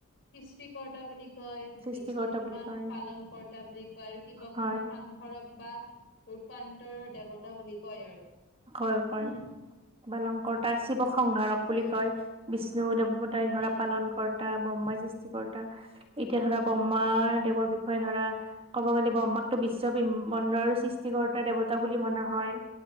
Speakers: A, on the left; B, on the right.
A: কৃষ্টিক্তা বুলি কয়
B: সৃষ্টিকৰ্তা
A: বিষ্ণক তোমাৰ
B: বুলি কয়
A: পালন কৰ্তা বুলি কয় আৰু শিৱক
B: হয়
A: তমাক সাংসৰক বা ৰূপান্তৰৰ দেৱতা বুলি কয় আৰু
B: হয় হয়
A: উম
B: বালং কৰ তাৰ শিৱসহাৰক
A: সেইটোৱে
B: বুলি কয় বিষ্ণু দেৱতাই ধৰা
A: হয়
B: পালন কৰ টা ব্ৰহ্মা সৃষ্টিকৰ্তা এতিয়া ধৰা ব্ৰহ্মা
A: হয় হয়
B: দেৱৰ বি বিষয়ে ধৰা ক'ব গ'লে ব্ৰহ্মাক টো বিশ্ব ব্ৰহ্মাণ্ডৰ সৃষ্টিকৰ্তা দেৱতা বুলি মনা হয়।